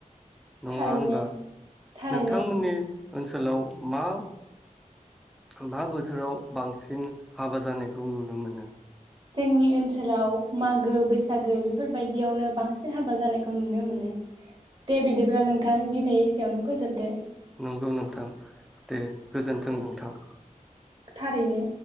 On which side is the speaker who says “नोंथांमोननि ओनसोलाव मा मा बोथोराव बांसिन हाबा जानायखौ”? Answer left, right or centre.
Centre